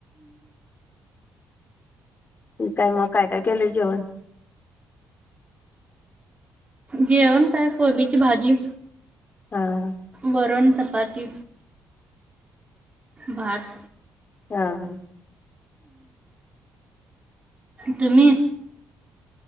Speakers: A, on the left; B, on the right.
A: मग काय मग काय काय केलंय जेवण
B: जेवण काय कोबीची भाजी
A: हाअ्
B: वरण चपाती भात
A: हा
B: तुम्ही